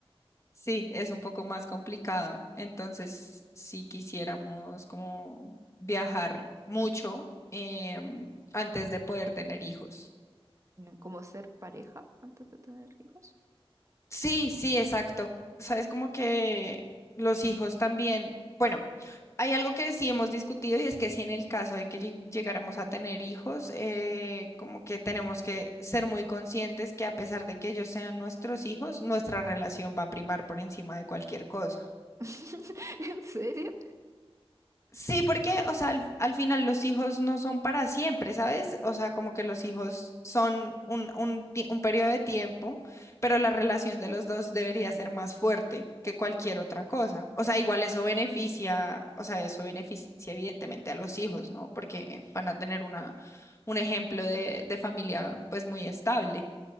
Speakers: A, on the left (about 30°); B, on the right (about 30°).
A: sí, es un poco más complicado. Entonces, si quisiéramos como viajar mucho em, antes de poder tener hijos.
B: Como ser pareja antes de tener hijos.
A: Sí, sí, exacto. Sabes, como que los hijos también, bueno, hay algo que sí hemos discutido y es que si en el caso de que lleg- llegáramos a tener hijos, eh, como que tenemos que ser muy conscientes que a pesar de que ellos sean nuestros hijos, nuestra relación va a primar por encima de cualquier cosa.
B: <laughs> ¿En serio?
A: Sí, porque, o sea, al, al final los hijos no son para siempre, ¿sabes? O sea, como que los hijos son un, un, tie- un periodo de tiempo, pero la relación de los dos debería ser más fuerte que cualquier otra cosa. O sea, igual eso beneficia, o sea, eso beneficia evidentemente a los hijos, ¿no? Porque van a tener una, un ejemplo de, de familia pues muy estable.